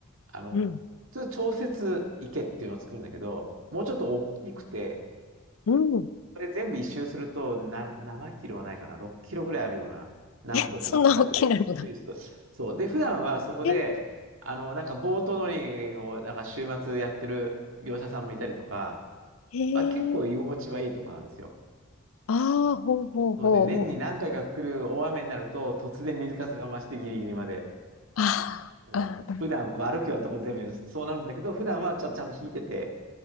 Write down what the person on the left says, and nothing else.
うん、
うん。
え、そんな大きなのが。
えー、
えー、
ああ、ほうほうほうほう。
あーあ、